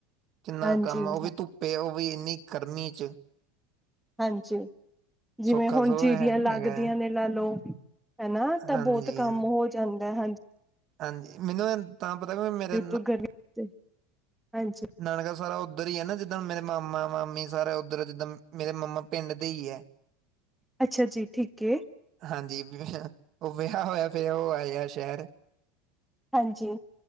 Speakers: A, on the right (about 45°); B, in the centre.
A: ਕਿੰਨਾ
B: ਹਾਂਜੀ
A: ਕੰਮ ਉਹ ਵੀ
B: ਹਾਂ
A: ਧੁੱਪੇ ਉਹ ਵੀ ਇੰਨੀ ਗਰਮੀ 'ਚ
B: ਹਾਂਜੀ ਜਿਵੇਂ
A: ਸੌਖਾ
B: ਹੁਣ
A: ਸੋ
B: ਜੀਰੀਆਂ
A: ਹੈ ਹੈਗਾ
B: ਲੱਗਦੀਆਂ ਨੇ ਨਾਲੋਂ ਹਨਾ ਤਾਂ
A: ਹਾਂਜੀ
B: ਬਹੁਤ ਕੰਮ ਹੋ ਜਾਂਦਾ ਹਾਂਜੀ।
A: ਹਾਂਜੀ ਮੈਨੂੰ ਤਾਂ ਪਤਾ ਵੀ ਮੇਰੇ
B: ਉਤੋਂ ਗਰਮੀ ਤੇ ਹਾਂਜੀ
A: ਨਾਨਕਾ ਸਾਰਾ ਉੱਧਰ ਹੀ ਹੈ ਨਾ ਜਿੱ ਜਦਣ ਮੇਰੇ ਮਾਮਾ, ਮਾਮੀ ਸਾਰੇ ਉੱਧਰ ਜਿੱਦਾਂ ਮੇਰੇ ਮੰਮਾ ਪਿੰਡ ਦੇ ਹੀ ਹੈ।
B: ਅੱਛਾ ਜੀ ਠੀਕ ਏ।
A: ਹਾਂਜੀ ਉਹ ਵਿਆਹਾ ਹੋਇਆ ਫੇਰ ਉਹ ਆਇਆ ਸ਼ਹਿਰ
B: ਹਾਂਜੀ